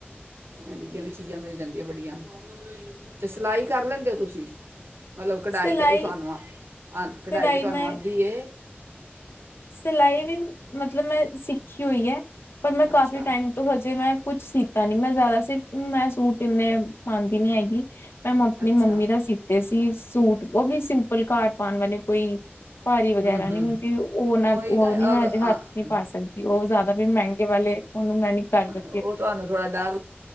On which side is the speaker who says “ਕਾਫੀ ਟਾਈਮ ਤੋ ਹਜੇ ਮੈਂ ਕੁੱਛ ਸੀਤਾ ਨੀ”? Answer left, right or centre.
Left